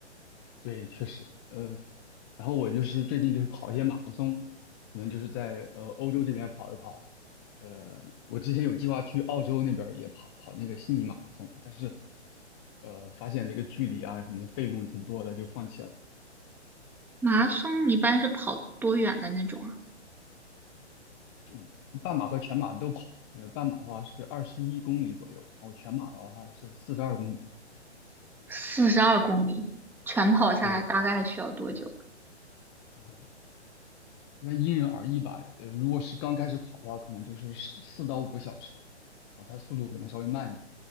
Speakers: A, on the left; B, in the centre.
A: 对，确实，呃，然后我就是最近就是跑一些马拉松，可能就是在呃欧洲这边跑一跑。呃，我之前有计划去澳洲那边儿也跑跑那个悉尼马拉松，但是呃发现这个距离啊什么的费用挺多的，就放弃了。
B: 马拉松一般是跑多远的那种啊？
A: 就半马和全马都跑，呃，半马的话是二十一公里左右，然后全马的话是四十二公里。
B: 四十二公里，全跑下来大概需要多久？
A: 对。呃因为因人而异吧。呃，如果是刚开始跑的话，可能就是四四到五个小时，然后它速度可能稍微慢一点。